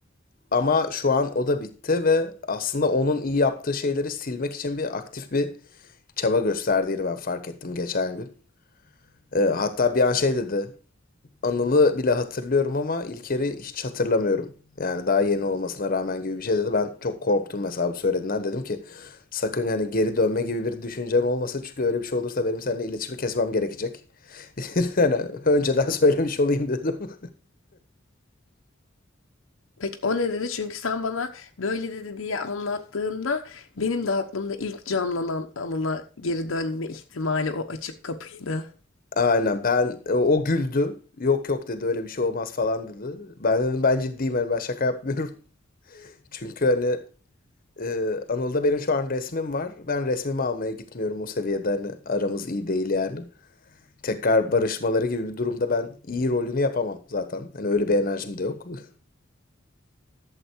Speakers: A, on the left; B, on the left.
A: Ama şu an o da bitti ve aslında onun iyi yaptığı şeyleri silmek için bir aktif bir çaba gösterdiğini ben fark ettim geçen gün. Ee, hatta bir an şey dedi. Anıl'ı bile hatırlıyorum ama İlker'i hiç hatırlamıyorum. Yani daha yeni olmasına rağmen gibi bir şey dedi. Ben çok korktum mesela bu söylediğinden. Dedim ki sakın hani geri dönme gibi bir düşüncen olmasın. Çünkü öyle bir şey olursa benim seninle iletişimi kesmem gerekecek. <laughs> Yani önceden söylemiş olayım dedim. <laughs>
B: peki o ne dedi? Çünkü sen bana böyle dedi diye anlattığında benim de aklımda ilk canlanan anına geri dönme ihtimali o açık kapıydı.
A: Aynen ben e, o güldü. Yok yok dedi öyle bir şey olmaz falan dedi. Ben dedim ben ciddiyim yani ben şaka yapmıyorum. <laughs> Çünkü hani e, Anıl'da benim şu an resmim var. Ben resmimi almaya gitmiyorum o seviyede hani aramız iyi değil yani. Tekrar barışmaları gibi bir durumda ben iyi rolünü yapamam zaten. Hani öyle bir enerjim de yok. <laughs>